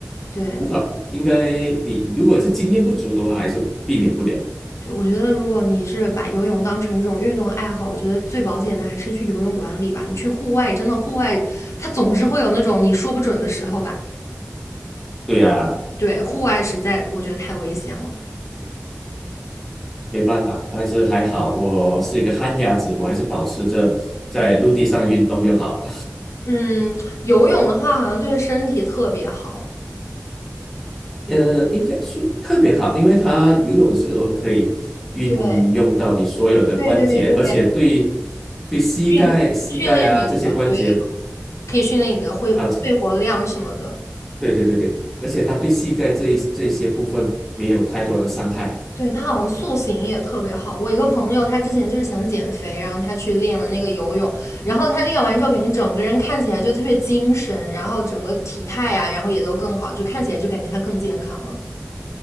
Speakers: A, on the left; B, in the centre.
A: 对
B: 无法，应该你如果是经验不足的话，还是避免不了。
A: 对，我觉得如果你是把游泳当成一种运动爱好，我觉得最保险的还是去游泳馆里吧。你去户外，真的户外，它总是会有那种你说不准的时候吧。
B: 对呀，
A: 对，户外实在我觉得太危险了。
B: 没办法，但是还好我是一个旱鸭子，我还是保持着在陆地上运动就好了。
A: 嗯，游泳的话好像对身体特别好，
B: 呃，应该是特别好，因为它游泳的时候可以运用到你所有的关节，
A: 对对对对对，
B: 而且对对膝盖、
A: 训训练你的，
B: 膝盖啊这些关节
A: 对，可以训练你的肺肺活量什么的。
B: 啊对对对对，而且它对膝盖这一这些部分没有太多的伤害。
A: 对，他好像塑形也特别好。我一个朋友，他之前就是想减肥，然后他去练了那个游泳，然后他练完之后，感觉整个人看起来就特别精神，然后整个体态啊，然后也都更好，就看起来就感觉他更健康了。